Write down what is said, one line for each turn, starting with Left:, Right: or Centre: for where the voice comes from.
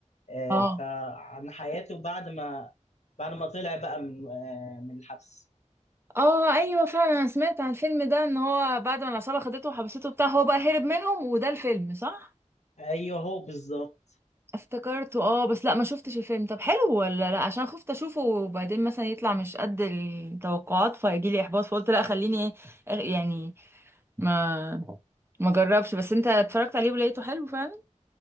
Left: آه
Right: اه
Left: فعن حياته بعد ما بعد ما طلع بقى من آه من الحبس
Right: اه ايوه فعلا انا سمعت عن الفيلم ده ان هو بعد ما العصابه خدته وحبسته بتاع هو بقى هرب منهم وده الفيلم صح
Left: ايوه هو بالظبط
Right: افتكرته اه بس لا ما شفتش الفيلم طب حلو ولا لا عشان خفت اشوفه وبعدين مثلا يطلع مش قد التوقعات فيجي لي احباط فقلت لا خليني أغ- يعني ما ما جربش بس انت اتفرجت عليه ولقيته حلو فعلا